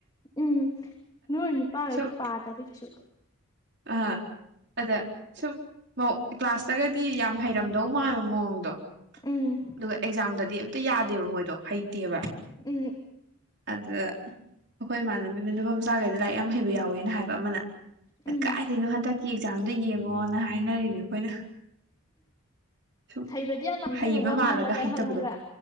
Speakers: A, on the left; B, on the right.
A: ꯎꯝ ꯅꯣꯏ ꯅꯨꯄꯥꯈꯩꯗꯣ
B: ꯁꯨꯝ
A: ꯄꯥꯗꯕꯅꯦ ꯀꯩꯁꯨ
B: ꯑꯥ ꯑꯗ ꯁꯨꯝ ꯀ꯭ꯂꯥꯁꯇꯒꯗꯤ ꯌꯥꯝ ꯍꯩꯔꯝꯗꯧ ꯃꯥꯥꯟꯕ ꯃꯑꯣꯡꯗꯣ
A: ꯎꯝ
B: ꯑꯗꯨꯒ ꯑꯦꯛꯖꯥꯝꯗꯗꯤ ꯑꯝꯇ ꯌꯥꯗꯦꯕ ꯃꯣꯏꯗꯣ ꯍꯩꯇꯦꯕ
A: ꯎꯝ
B: ꯑꯗꯨꯗ ꯑꯩꯈꯣꯏ ꯏꯃꯥꯟꯅꯕꯤ ꯑꯃꯅ ꯅꯨꯐꯝꯆꯥꯈꯩꯗ ꯂꯥꯏꯔꯤꯛ ꯌꯥꯝ ꯍꯩꯕ ꯌꯥꯎꯋꯤꯅ ꯍꯥꯏꯕ ꯑꯃꯅ
A: ꯎꯝ
B: ꯀꯥꯏꯗꯅꯣꯍꯗꯛ ꯑꯦꯛꯖꯥꯝꯗꯣ ꯌꯦꯡꯉꯣꯅ ꯍꯥꯏꯅꯔꯤꯅꯦ ꯑꯩꯈꯣꯏꯅ ꯁꯨꯝ
A: ꯍꯩꯕꯗꯤ ꯌꯥꯝ ꯃꯂꯤꯕ
B: ꯍꯩꯕ
A: ꯋꯥ
B: ꯃꯥꯜꯂꯒ
A: ꯉꯥꯡꯕꯗ
B: ꯍꯩꯇꯕꯗꯣ
A: ꯍꯪꯉꯕ꯭ꯔꯥ